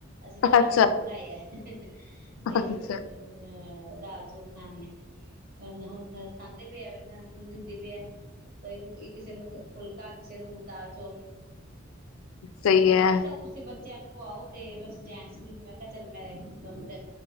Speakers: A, on the right; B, on the left.
A: ਅਸੀਂ ਦਾਲ
B: ਅੱਛਾ,
A: ਚੌਲ ਬਣਾਏ ਹੈ ਤੇ
B: ਅੱਛਾ।
A: ਅ ਦਾਲ ਚੌਲ ਖਾਣੇ ਆ ਹੁਣ ਖਾਂਦੇ ਪਏ ਆ ਦਿੰਦੀ ਪਿਆ ਆ ਕੋਈ ਨੂੰ ਕਿਸੇ ਨੂੰ ਫੁਲਕਾ ਕਿਸੇ ਨੂੰ ਦਾਲ ਚੌਲ
B: ਸਹੀ
A: ਮੈਂ
B: ਹੈ
A: ਕਿਹਾ ਚੱਲ ਤੁਸੀਂ ਬੱਚਿਆਂ ਨੂੰ ਉਹ ਆਓ ਤੇ ਬਸ ਜੈਂਟਸ ਦੀ ਮੈਂ ਕਿਹਾ ਚੱਲ ਮੈਂ ਦੋਮਿੰਟ